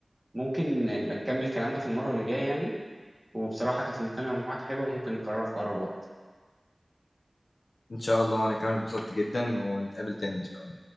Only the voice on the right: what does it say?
ممكن نبقى نكمل كلام ده في المره اللي جايه يعني وبصراحه كانت المكالمه معاك حلوه ممكن نكررها في اقرب وقت